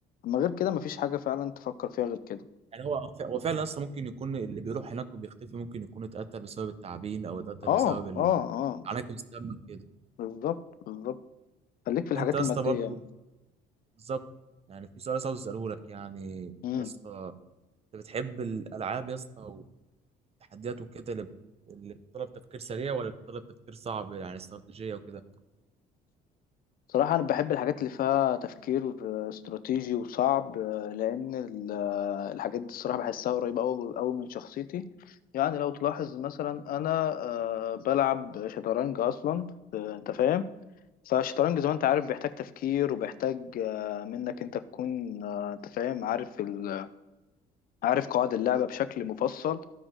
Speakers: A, on the left; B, on the right.
A: اما غير كده مفيش حاجة فعلا تفكر فيها غير كده
B: يعني هو هو فعلا يا اسطى ممكن يكون اللي بيروح هناك وبيختفي ممكن يكون اتقتل بسبب التعابين او اتقتل
A: اه
B: بسبب ال-
A: اه اه
B: عناكب السم كده
A: بالظبط بالظبط خليك في الحاجات
B: انت يا
A: المادية
B: اسطى برضه بالظبط يعني في سؤال بس عاوز اساله لك يعني يا
A: امم
B: اسطى انت بتحب الالعاب يا اسطى التحديات وكده اللي اللي بتطلب تفكير سريع ولا بتطلب تفكير صعب يعني استراتيجية وكده
A: صراحة أنا بحب الحاجات اللي فيها تفكير استراتيجي وصعب لأن ال- الحاجات دي الصراحة بحسها قريبة أوي أوي من شخصيتي يعني لو تلاحظ مثلا أنا آه، بلعب شطرنج أصلا آه، أنت فاهم فالشطرنج زي ما أنت عارف بيحتاج تفكير وبيحتاج آه، منك أنت تكون آه، أنت فاهم عارف ال... عارف قواعد اللعبة بشكل مفصل